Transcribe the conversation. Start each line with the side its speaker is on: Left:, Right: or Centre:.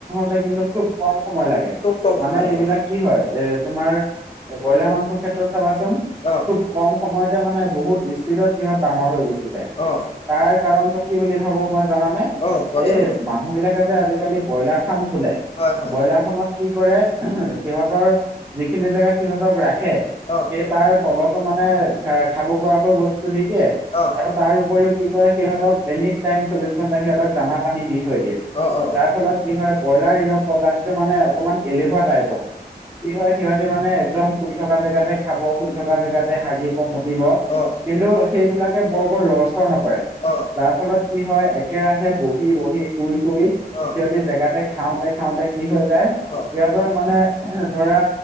Right: তে কিন্তু খুব কম সময় লাগে
Left: খুব কম
Right: মানে
Left: সময় লাগে
Right: এইবিলাক কি হয় এ তোমাৰ ব্ৰইলাৰ মাংস ক্ষেত্ৰত চাবাচোন
Left: অ'
Right: খুব কম সময়তে মানে বহুত স্পীডত সিহঁত ডাঙৰ হৈ গুচি যায়।
Left: অ'
Right: তাৰ কাৰণত কি বুলি ভাবো মই জানানে
Left: অ' কোৱাচোন
Right: এই মানুহবিলাকে যে আজিকালি ব্ৰইলাৰ ফাৰ্ম খোলে।
Left: হয় হয়
Right: ব্ৰইলাৰ ফাৰ্মত কি কৰে সিহঁতৰ যিখিনি জেগাত সিহঁতক ৰাখে।
Left: অ'
Right: সে টো মানে খা খাব পৰাকৈ বস্তু দি দিয়ে।
Left: অ' অ'
Right: আৰু তাৰ উপৰিও কি কৰে সিহঁতক এনি টাইম চৌবিশ ঘণ্টা সিহঁতক দানা পানী দি থৈ দিয়ে।
Left: অ অ।
Right: যাৰ ফলত কি হয় ব্ৰইলাৰ ইন প্ৰজাতিটো মানে অকমান এলেহুৱা টাইপৰ। কি হয় সিহঁতে মানে একদম শুই থকা জেগাতে খাব, শুই থকা জেগাতে হাগিব মুতিব
Left: অ'
Right: কিন্তু সেইবিলাকে বৰকৈ লৰচৰ নকৰে।
Left: অ'
Right: যাৰ ফলত কি হয় একেৰাহে বহি বহি শুই শুই
Left: অ'
Right: সিহঁতি জেগাতে খাওঁতে খাওঁতে কি হৈ যায়
Left: অ'
Right: সিহঁতৰ মানে ধৰা